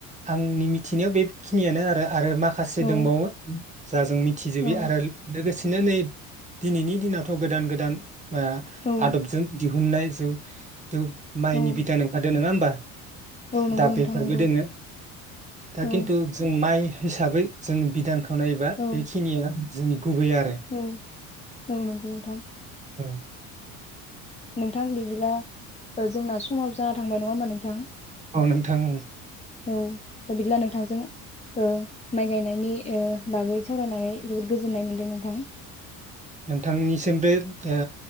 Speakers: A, on the right (about 15°); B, on the left (about 15°).
A: आंनि मिथिनायाव बेखिनियानो आरो आरो माखासे
B: औ
A: दोंबावो जा जों मिथिजोबि
B: औ
A: आरो ल-लोगोस सिनो नै दिनैनि दिनावथ' गोदान गोदान मा
B: औ
A: आदबजों दिहुननाय जुग दुब माइनि
B: औ
A: बिदान ओंखारदों नोङा होनबा <inaudible>
B: औ नंगौ
A: दा
B: नोंथां
A: बेफोरबो
B: नंगौ
A: दोङो दा
B: औ
A: खिन्थु जों माइ हिसाबै जों बिधानखो खो नायोबा
B: औ
A: बेखिनिया जोंनि गुबै आरो
B: औ औ नंगौ नोंथां
A: औ
B: नोंथां बिदिब्ला ओ जोंना समाबो जानाथांबाय नङा होनबा नोंथां
A: औ नोंथां ओं
B: औ बिदिब्ला नोंथांजों ओ माइ गायनायनि ओ बागै सावरायनानै जोबोद गोजोननाय मोनदों नोंथां
A: नोंथांनिसिमबो ओ